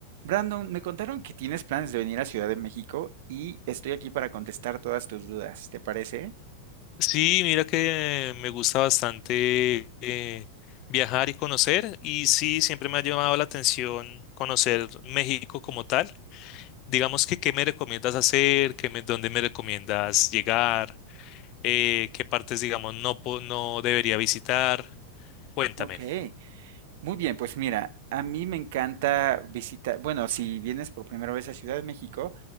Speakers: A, on the right; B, on the left.
A: Brandon, me contaron que tienes planes de venir a Ciudad de México y estoy aquí para contestar todas tus dudas, ¿te parece?
B: Sí, mira que me gusta bastante eh, viajar y conocer y sí, siempre me ha llamado la atención conocer México como tal. Digamos que qué me recomiendas hacer, qué me- dónde me recomiendas llegar, eh, qué partes, digamos, no, po- no debería visitar. Cuéntame.
A: Ok. Muy bien, pues mira, a mí me encanta visitar, bueno, si vienes por primera vez a Ciudad de México,